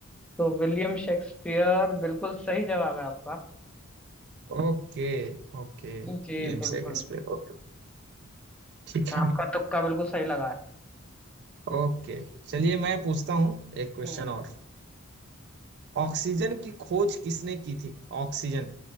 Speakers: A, in the centre; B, on the right.
A: तो विलियम शेक्सपियर बिल्कुल सही जवाब है आपका
B: Okay Okay William
A: जी बिल्कुल
B: Shakespeare okay ठीक है
A: आपका तुक्का बिल्कुल सही लगा है
B: ओके चलिए मैं पूछता हूँ एक क्वेश्चन
A: हम्म
B: और ऑक्सीजन की खोज किसने की थी ऑक्सीजन